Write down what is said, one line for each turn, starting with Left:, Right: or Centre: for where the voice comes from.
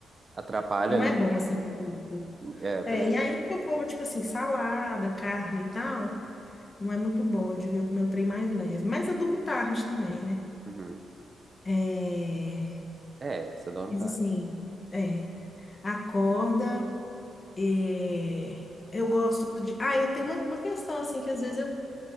Right: Atrapalha,
Left: Não
Right: né?
Left: é bom assim pro corpo.
Right: É, eu
Left: É,
Right: também acho.
Left: e ainda que eu como, tipo assim, salada, carne e tal, não é muito bom. Eu devia comer um trem mais leve. Mas eu durmo tarde também, né?
Right: Uhum.
Left: É,
Right: É, você dorme
Left: mas
Right: tarde.
Left: assim, é, acorda. é, eu gosto de. Ah, eu tenho uma, uma questão assim, que às vezes eu